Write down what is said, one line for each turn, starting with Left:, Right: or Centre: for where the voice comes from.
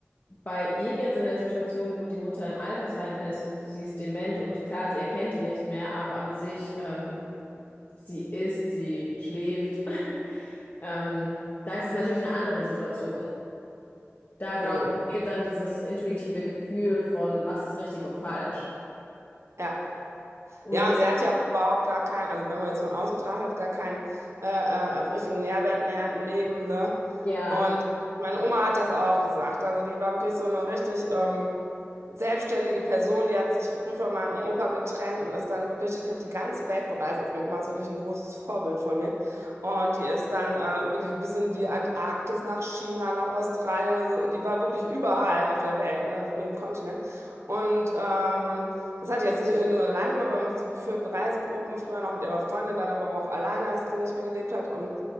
Left: bei ihm jetzt in der Situation, wo die Mutter im Altersheim ist und sie ist dement und klar, sie erkennt ihn nicht mehr, aber an sich, ähm, Sie isst, sie schläft. <laughs> Ähm, da ist es natürlich eine andere Situation. Da,
Right: Hm.
Left: glaube ich, fehlt dann dieses intuitive Gefühl von, was ist richtig und falsch.
Right: Ja.
Left: Und
Right: Ja, und sie hat ja auch überhaupt gar keinen, also wenn man jetzt von außen betrachtet, gar keinen äh, äh, richtigen Nährwert mehr im Leben, ne?
Left: ja,
Right: Und meine Oma hat das auch gesagt. Also die war wirklich so eine richtig ähm, selbstständige Person, die hat sich früh von meinem Opa getrennt und ist dann wirklich, hat die ganze Welt bereist. Also meine Oma ist wirklich ein großes Vorbild von mir. Und die ist dann äh, wirklich bis in die Antarktis, nach China, nach Australien. Also die war wirklich überall auf der Welt, ne? Auf jedem Kontinent. Und ähm, das hat die jetzt nicht nur alleine gemacht, aber mit so geführten Reisegruppen, früher noch mit ihrer Freundin, dann aber auch alleine, als die nicht mehr gelebt hat. Und